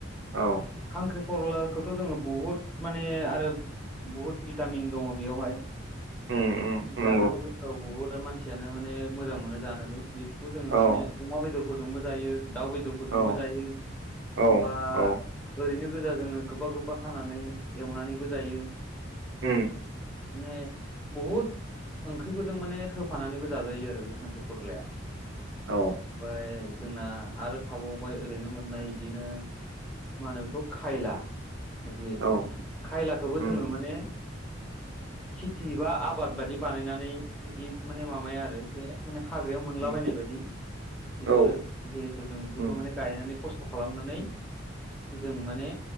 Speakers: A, on the right; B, in the centre.
A: औ
B: खांख्रि खरलाखौथ' जोङो बुहुद माने आरो बुहुत भिटामिन दङ बेयावहाय
A: उम उम
B: जानोबो
A: नंगौ
B: गोथाव बहुद मानसियानो माने मोजां मोनो जानोबो बे खौ जोङो
A: औ
B: माने अमा बेदरफोरजोंबो जायो दाउ बेदरफोरजोंबो
A: औ
B: जायो होमबा
A: औ औ
B: ओरैनो गोजा जोङो गोबा गोबा हानानै एवनानैबो जायो
A: उम
B: माने बहुतं ओं ख्रि फोरजों माने होफानानैबो जाजायो आरो बे फांख्रिखरलाया
A: औ
B: ओमफ्राय जोंना आरो थाबावबाय ओरैनो मोननाय बिदिनो मा होनो बेखौ खायला जिहेथु
A: औ
B: खायलाखौबो
A: उम
B: जोङो माने खेथि बा आबाद बायि बानायनानै बिदि माने माबाया आरो बेे हाग्रायाव मोनलाबायनाय
A: उम
B: बायदि बेफोरो
A: औ
B: जिहेथु जों बेफोरखौ
A: उम
B: माने गायनानै खस्थ खस्थ' खालामनानै जों माने